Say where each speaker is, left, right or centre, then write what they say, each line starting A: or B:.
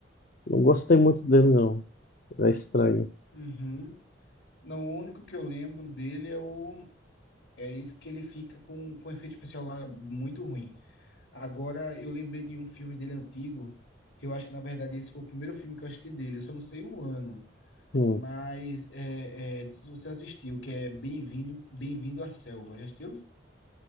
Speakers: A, on the left; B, on the left.
A: Não gostei muito dele, não. Ele é estranho.
B: Uhum. Não, o único que eu lembro dele é o... É esse que ele fica com, com efeito especial lá muito ruim. Agora, eu lembrei de um filme dele antigo, que eu acho que, na verdade, esse foi o primeiro filme que eu assisti dele. Eu só não sei o ano.
A: Hum,
B: Mas é, é, não sei se você assistiu, que é Bem-vindo, Bem-vindo à Selva. Já assistiu?